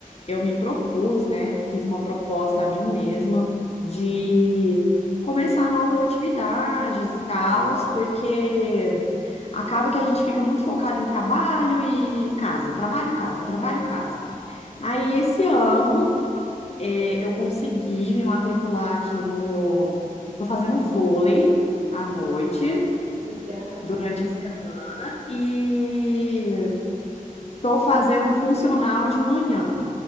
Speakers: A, on the left; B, on the right.
A: eu me propus, né? Fiz uma proposta a mim mesma de começar novas atividades e tals, porque acaba que a gente fica muito focado em trabalho e casa, trabalho, casa, trabalho, casa. Aí esse ano eh, eu consegui me matricular aqui no. Tô fazendo vôlei
B: Oh,
A: à noite,
B: que legal.
A: durante a semana, e tô fazendo funcional de manhã.